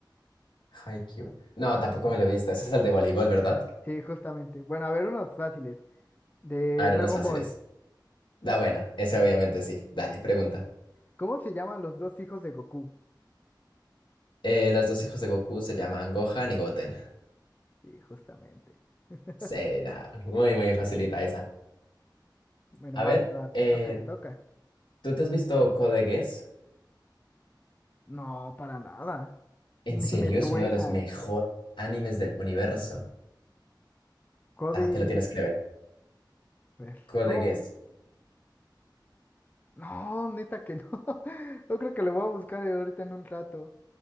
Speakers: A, on the left; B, on the left.
A: Haikyuu. No, tampoco me lo he visto. Ese es el de voleibol, ¿verdad?
B: Sí, justamente. Bueno, a ver, unos fáciles. De
A: A ver,
B: Dragon
A: unos fáciles.
B: Ball.
A: Da buena, ese obviamente sí. Dale, pregunta.
B: ¿Cómo se llaman los dos hijos de Goku?
A: Eh, los dos hijos de Goku se llaman Gohan y Goten.
B: Sí, justamente. <laughs>
A: Sí, nada, muy, muy facilita esa.
B: Bueno,
A: A
B: va,
A: ver,
B: va, te
A: eh,
B: toca, te toca.
A: ¿tú te has visto Code Geass?
B: No, para nada. <laughs>
A: En
B: Ni
A: serio,
B: me Dios
A: es
B: suena.
A: uno de los mejores animes del universo.
B: Code.
A: Ah, te lo tienes que ver.
B: A ver,
A: Code
B: ¿cómo?
A: Geass.
B: No, neta que no. <laughs> Yo creo que lo voy a buscar ahorita en un rato.